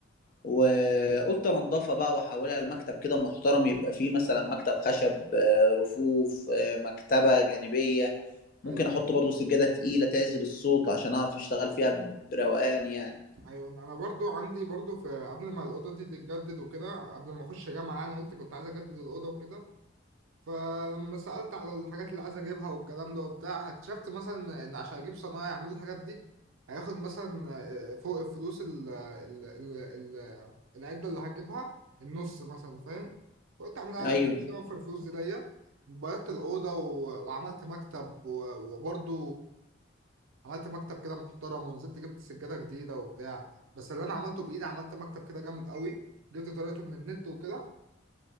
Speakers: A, on the left; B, on the right.
A: وقلت انضفها بقى واحولها لمكتب كده محترم يبقى فيه مثلا مكتب خشب آه، رفوف آه، مكتبه جانبيه ممكن
B: ايوه
A: احط برضو سجاده تقيله تعزل الصوت عشان اعرف اشتغل فيها بروقان يعني
B: ايوه انا برضو عندي برضو في قبل ما الاوضه دي تتجدد وكده قبل ما اخش جامعه يعني قلت كنت عايز اجدد الاوضه وكده فلما سالت على الحاجات اللي عايز اجيبها والكلام ده وبتاع اكتشفت مثلا ان عشان اجيب صنايعي يعمل لي الحاجات دي هياخد مثلا آه، فوق الفلوس ال ال ال ال العده اللي هجيبها النص مثلا فاهم قلت اعملها على
A: ايوه
B: نفسي اوفر الفلوس دي ليا بيضت الاوضه و- وعملت مكتب و- وبرضو عملت مكتب كده محترم ونزلت جبت سجادة جديدة وبتاع بس اللي انا عملته بايدي عملت مكتب كده جامد قوي جبت طريقته من النت وكده